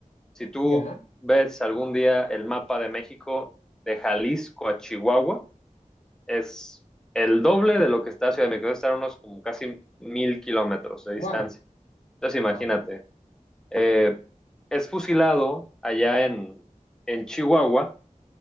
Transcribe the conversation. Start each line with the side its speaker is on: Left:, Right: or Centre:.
Centre: Si tú
Left: ya,
Centre: ves algún día el mapa de México de Jalisco a Chihuahua, es el doble de lo que está Ciudad de México, debe estar a unos como casi mil kilómetros de
Left: wow,
Centre: distancia. Entonces imagínate,
Left: wow.
Centre: eh, es fusilado allá en, en Chihuahua